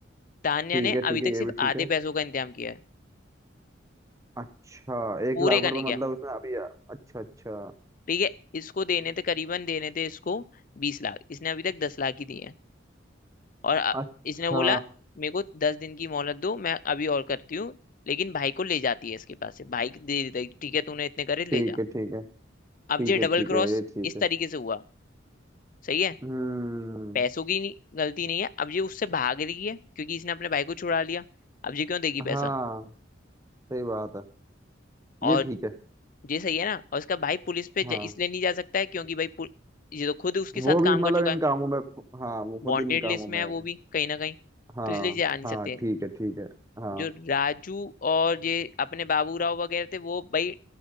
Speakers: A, on the left (about 45°); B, on the right (about 15°).
A: तान्या
B: ठीक
A: ने
B: है
A: अभी
B: ठीक
A: तक
B: है ये
A: सिर्फ
B: भी ठीक
A: आधे
B: है
A: पैसों का इंतजाम किया है
B: अच्छा एक
A: पूरे
B: लाख
A: का नहीं
B: रुपए
A: किया
B: मतलब उसने अभी आ- अच्छा अच्छा
A: ठीक है इसको देने थे करीबन देने थे इसको बीस लाख इसने अभी तक दस लाख ही दिए हैं और अ-
B: अच्छा
A: इसने बोला मेरे को दस दिन की मोहलत दो मैं अभी और करती हूँ लेकिन भाई को ले जाती है इसके पास से भाई दे देता है कि ठीक है तूने इतने करे ले
B: ठीक
A: जा
B: है ठीक है ठीक
A: अब ये
B: है
A: डबल
B: ठीक
A: क्रॉस
B: है ये ठीक
A: इस
B: है
A: तरीके से हुआ सही है
B: हम्म
A: पैसों की नहीं, गलती नहीं है अब ये उससे भाग रही है क्योंकि इसने अपने भाई को छुड़ा लिया अब ये क्यों देगी
B: हाँ
A: पैसा
B: सही बात है ये
A: और
B: ठीक है
A: ये सही है ना और इसका भाई पुलिस पे ज-
B: हाँ
A: इसलिए नहीं जा सकता है क्योंकि भाई पुल- ये तो खुद उसके
B: वो
A: साथ
B: भी
A: काम
B: मतलब
A: कर चुका
B: इन
A: है
B: कामों में खु- हाँ वो खुद
A: वांटेड
B: इन कामों
A: लिस्ट में
B: में
A: है
B: है
A: वो भी कहीं ना कहीं
B: हाँ
A: तो इसलिए जा नहीं
B: हाँ
A: सकते
B: ठीक है ठीक है हाँ
A: जो राजू और ये अपने बाबूराव वगैरह थे वो भाई